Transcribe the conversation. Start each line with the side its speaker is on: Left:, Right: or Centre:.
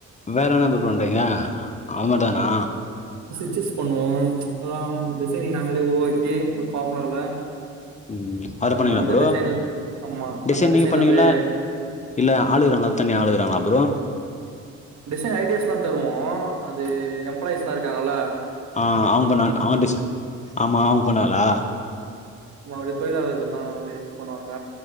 Left: வேற என்ன ப்ரோ பண்றீங்க அவ்ளோதானா
Right: சேஸ் பண்ணுவோ அ டிசைனிங் நாங்களே உருவாக்கி ஃபார்முலால
Left: ம் அதுல
Right: ஹ
Left: பண்ணீங்களா
Right: அந்த
Left: ப்ரோ
Right: டிசைன் ஆமா
Left: டிசைன்
Right: அந்த டிசைன்ல
Left: நீங்க பண்ணுவிங்கள
Right: அப்டியே
Left: இல்ல ஆளுகிறாங்களா தனிய ஆளுகிறாங்களா ப்ரோ
Right: டிசைன் ஐடியாஸ்ல தருவோ அது எம்ப்ளாயீஸ்ல இருக்காங்களா
Left: ஆஹ் அவங்க பண்ண அவங்க டிஸ் ஆமா அவங்க பண்ணுவாளா
Right: ஆமா அப்டி தொழிலாளர்கள அப்டியே ஹெல்ப் பண்ணுவாங்க